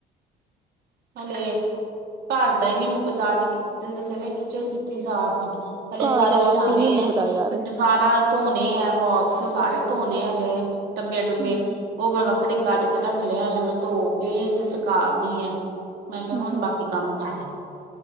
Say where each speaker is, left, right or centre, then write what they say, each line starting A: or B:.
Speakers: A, on the right (about 70°); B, on the right (about 20°).
A: ਹਲੇ ਘਰ ਦਾ ਹੀ ਨਹੀਂ ਮੁੱਕਦਾ ਅੱਜ ਸਵੇਰੇ ਕਿਚਨ ਕੀਤੀ ਸੀ ਸਾਫ਼। ਹਲੇ
B: ਘਰ
A: ਸਾਰੇ
B: ਦਾ ਵਾਕਈ
A: ਵਿਛਾਉਣੇ
B: ਨੀ ਮੁੱਕਦਾ
A: ਹੈ,
B: ਯਾਰ
A: ਸਾਰਾ ਧੋਣੇ ਹੈ, ਬੋਕਸ ਸਾਰੇ। ਧੋਣੇ ਆ ਹਲੇ। ਡੱਬੇ
B: ਹੂੰ
A: ਡੁੱਬੇ ਉਹ ਮੈਂ ਵੱਖਰੇ। ਕੱਢ ਕੇ ਰੱਖ ਲਿਆ, ਹਲੇ ਮੈਂ ਧੋ ਕੇ ਤੇ ਸੁਕਾ ਤੀ ਆ ਹੈ। ਮੈਂ ਕਿਹਾ
B: ਹੂੰ
A: ਹੁਣ
B: ਹੂੰ
A: ਬਾਕੀ ਕੰਮ ਕਰ